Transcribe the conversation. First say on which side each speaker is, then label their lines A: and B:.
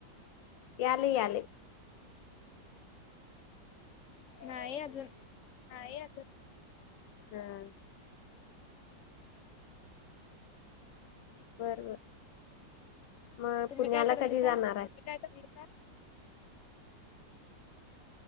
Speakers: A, on the left (about 80°); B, on the left (about 55°).
A: याले याले
B: नाय अजून
A: नाही अजून हां बरं बरं म
B: तुम्ही
A: पुण्याला
B: काय करायलीसा?
A: कधी जाणार आय <unintelligible>